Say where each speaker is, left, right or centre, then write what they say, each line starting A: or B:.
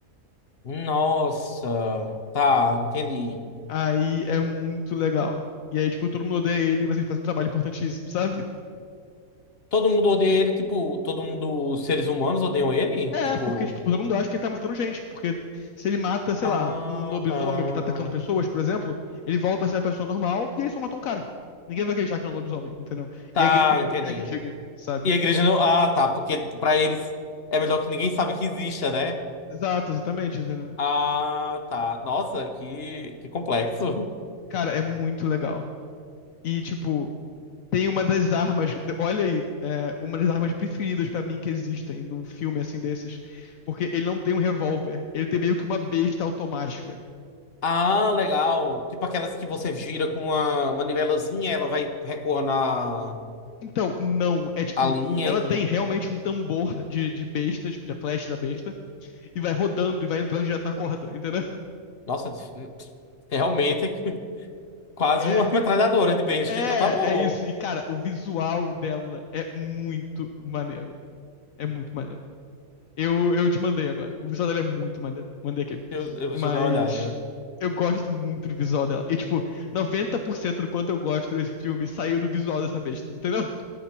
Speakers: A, on the left; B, on the left.
A: Nossa. Tá, entendi.
B: Aí é muito legal. E aí, tipo, todo mundo odeia ele, mas ele faz um trabalho importantíssimo, sabe? <laughs>
A: Todo mundo odeia ele, tipo, todo mundo, os seres humanos odeiam ele?
B: É,
A: Tipo,
B: porque, tipo, todo mundo acha que ele tá matando gente. Porque se ele mata, sei
A: ah,
B: lá, um lobisomem
A: tá.
B: que tá atacando pessoas, por exemplo, ele volta a ser a pessoa normal e ele só matou um cara. Ninguém vai acreditar que é um lobisomem, entendeu?
A: Tá,
B: E a igreja também
A: entendi.
B: não quer que diga, sabe?
A: E a igreja não. Ah, tá, porque pra eles é melhor que ninguém saiba que exista, né?
B: Exato, exatamente, entendeu?
A: Ah, tá. Nossa, que, que complexo. <laughs>
B: Cara, é muito legal. E, tipo, tem uma das armas. Olha aí, é, uma das armas preferidas pra mim que existem num filme assim desses. Porque ele não tem um revólver. Ele tem meio que uma besta automática.
A: Ah, legal. Tipo aquelas que você gira com uma manivelazinha, ela vai recuar na
B: Então, não. É tipo,
A: a linha
B: ela
A: e.
B: tem realmente um tambor de, de besta, tipo, de flecha da besta, e vai rodando e vai entrando direto na corda, entendeu?
A: Nossa, é realmente <laughs> quase
B: É,
A: uma metralhadora de besta,
B: é,
A: então tá bom.
B: é isso. E, cara, o visual dela é muito maneiro. É muito maneiro. Eu, eu te mandei agora. O visual dela é muito maneiro. Mandei aquele.
A: Eu, eu
B: Mas
A: vou dar uma olhada.
B: eu gosto muito do visual dela. E, tipo, 90% do quanto eu gosto desse filme saiu do visual dessa besta, entendeu?